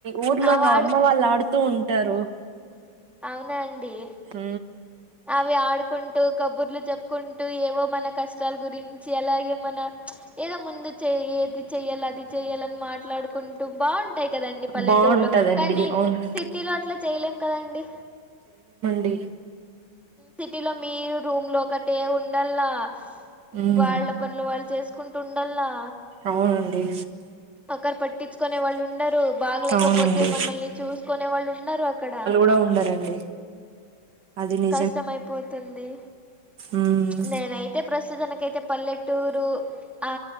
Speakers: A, on the right (about 60°); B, in the centre.
A: ఊర్లో
B: అవి
A: మా
B: ఆడుకు
A: అమ్మ వాళ్ళు ఆడుతూ ఉంటారు.
B: అవునా అండి
A: ఉ
B: అవి ఆడుకుంటూ కబ్బుర్లు చెప్పుకుంటూ ఏవో మన కష్టాల గురించి అలాగే మన చ్ ఏదో ముందు చేయి ఏది చెయల్లా అది చెయ్యాలని మాట్ మాట్లాడుకుంటూ బాన్ ఉంటయ్ కదండి పల్లెటూరులో
A: బాగుంటదండి
B: కానీ
A: అవును
B: సిటీ లో అట్లా చేయలేం కదండి.
A: డి
B: సిటీలో మీరు రూమ్ లో ఒకటే ఉండల్లా
A: ఉమ్
B: ఈ వాళ్ళ పనులు వాళ్ళు చేసు కుంటుండల్లా
A: అవునండి
B: ఒకరు పట్టించుకునే వాళ్ళు ఉండరు బాగలేకపోతే
A: అవునండి
B: మమ్మల్ని చూసుకునే వాళ్ళు ఉండరు అక్కడ.
A: డ ఉండారండి అది ని
B: కష్టమైపోతుంది
A: ఉమ్
B: చ్ నేనైయితే ప్రస్తుతనక్ నాకైతే పల్లెటూరు ఆ